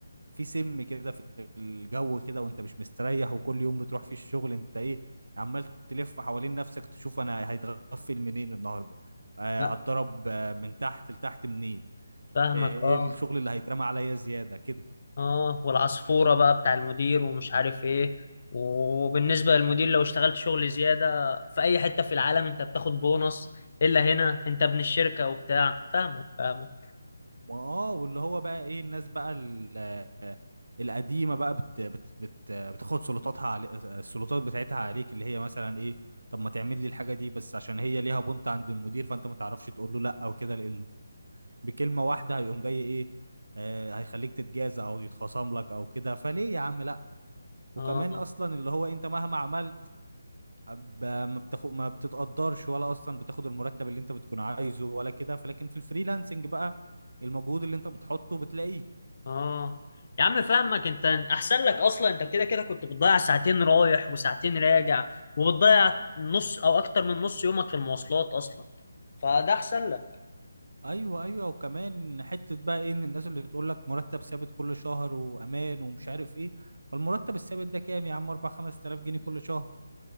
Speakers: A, on the right (about 80°); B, on the left (about 50°).
A: في سم كده في الجو كده وانت مش مستريح وكل يوم بتروح فيه الشغل انت ايه عمال تلف حوالين نفسك تشوف انا هيتغفل منين النهارده آه
B: لا،
A: هتضرب آه، من تحت لتحت منين
B: فاهمك
A: آه، ايه
B: اه
A: الشغل اللي هيترمى عليا زياده كده
B: اه والعصفورة بقى بتاع المدير ومش عارف ايه وبالنسبة للمدير لو اشتغلت شغل زيادة في اي حتة في العالم انت بتاخد بونص الا هنا انت ابن الشركة وبتاع فاهمك فاهمك
A: ما اه واللي هو بقى ايه الناس بقى ال- القديمه بقى بت بت بت بتاخد سلطاتها علي... السلطات بتاعتها عليك اللي هي مثلا ايه طب ما تعمل لي الحاجه دي بس عشان هي ليها بنت عند المدير فانت ما تعرفش تقول له لا او كده لانه بكلمه واحده هيقوم جاي ايه آه هيخليك تتجازى او يتخاصم لك او كده فليه يا عم لا وكمان
B: اه
A: اصلا اللي هو انت مهما عملت ب- ما بتاخد ما بتتقدرش ولا اصلا بتاخد المرتب اللي انت بتكون عايزه ولا كده فلكن في الفريلانسنج بقى المجهود اللي انت بتحطه بتلاقيه
B: اه يا عم فاهمك انت احسن لك اصلا انت كده كده كنت بتضيع ساعتين رايح وساعتين راجع وبتضيع نص او اكتر من نص يومك في المواصلات اصلا فده احسن لك
A: ايوه ايوه وكمان حته بقى ايه ان الناس اللي تقول لك مرتب ثابت كل شهر وامان ومش عارف ايه فالمرتب الثابت ده كام يا عم 4 5000 جنيه كل شهر